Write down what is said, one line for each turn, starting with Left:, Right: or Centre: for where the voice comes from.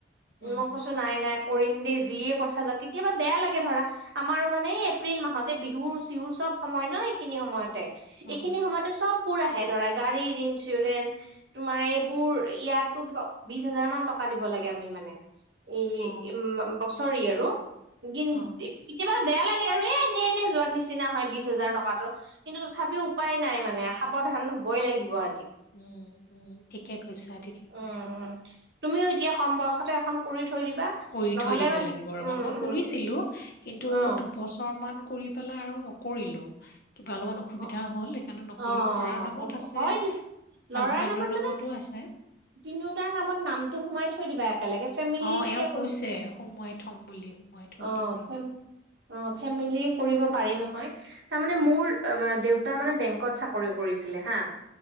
Left: উম
Right: মই কৈছো নাই-নাই কৰিম দেই যিয়ে পইচা যাওক কেতিয়াবা বেয়া লাগে ধৰা। আমাৰ মানে এপ্ৰিল মাহতে বিহুৰ চিহুৰ চব সময় ন এইখিনি সময়তে।
Left: অ
Right: এইখিনি সময়তে চববোৰ আহে ধৰা, গাড়ীৰ ইঞ্চুৰেঞ্চ। তোমাৰ এইবোৰ, ইয়াতো কিবা বিশ হাজাৰ মান টকা দিব লাগে আমি মানে। ই,
Left: অ
Right: বছৰি আৰু দিন
Left: অ
Right: কেতিয়াবা বেয়া লাগে আৰু এ এনে এনে যোৱাৰ নিচিনা হয় বিশ হাজাৰ টকাটো। কিন্তু তথাপিও উপায় নাই মানে, সাৱধান হ'বই লাগিব আ
Left: উম' উম' ঠিকে কৈছা, ঠিকে
Right: উম
Left: কৈছা।
Right: উম তুমিও এতিয়া কম বয়সতে এখন কৰি থৈ দিবা।
Left: কৰি
Right: নহ'লে
Left: থৈ দিব
Right: ইমান
Left: লাগিব ৰ'বা,
Right: উম
Left: মই
Right: উম
Left: কৰিছিলো কিন্তু
Right: উম
Left: বছৰ মান কৰি পেলাই আৰু নকৰিলো, কিবা অলপমান অসুবিধা
Right: অ
Left: হ'ল সেইকাৰণে নকৰিলো,
Right: অ
Left: লৰাৰ নামত
Right: হ'ব
Left: আছে
Right: হয় দে ল'ৰাৰ
Left: হাজবেণ্ডৰ
Right: নামত
Left: নামতো
Right: মানে
Left: আছে।
Right: তিনিওটাৰ নামত নামটো সোমাই থৈ দিবা একেলগে ফেমিলিকে।
Left: অ এওঁ
Right: কৰি
Left: কৈছে সোমোৱাই থম বুলি, সোমোৱাই থৈ
Right: অ
Left: দিম ৰবা।
Right: ফেম অ ফেমিলি কৰিব পাৰি নহয়, তাৰ মানে মোৰ দেউতা মানে বেংকত চাকৰি কৰিছিলে হা।